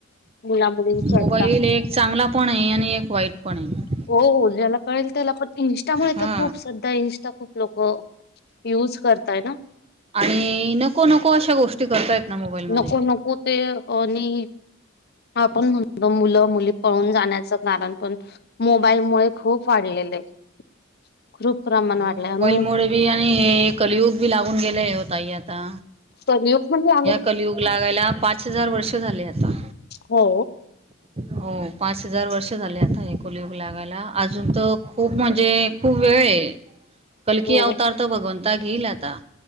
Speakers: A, on the left (about 50°); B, on the right (about 30°).
A: मुला मुलींच
B: मोबाईल
A: आता
B: एक चांगला पण आहे आणि एक वाईट पण आहे
A: हो ज्याला कळेल त्याला पण इन्स्टा मुळ
B: हा
A: तर खूप सध्या इन्स्टा खूप लोक युज करतय ना
B: आणि नको, नको अशा गोष्टी करतायत ना मोबाईलमध्ये
A: नको, नको ते नि आपण म्हणतो मुलं मुली पळून जाण्याचं कारण पण मोबाईल मुळे खूप वाढलेलं आहे <inaudible> प्रमाण
B: हो
A: वाढलं
B: मोबाईलमुळे
A: आहे मग
B: बी आणि हे कलयुग बी लागून गेले हो ताई आता
A: तर य म्हण आ
B: कलयुग लागायला पाच हजार वर्ष झाले आता
A: हो
B: हो पाच हजार वर्ष झाले आता लागायला अजून तर खूप म्हणजे खूप वेळ आहे कलकी
A: हो
B: अवतार तर भगवंता घेईल आता